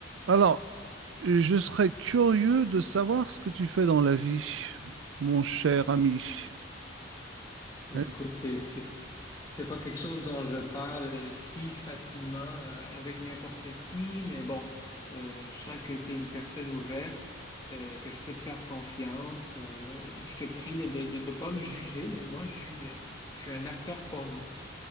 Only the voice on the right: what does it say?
Alors, je serais curieux de savoir ce que tu fais dans la vie, mon cher ami.
Est-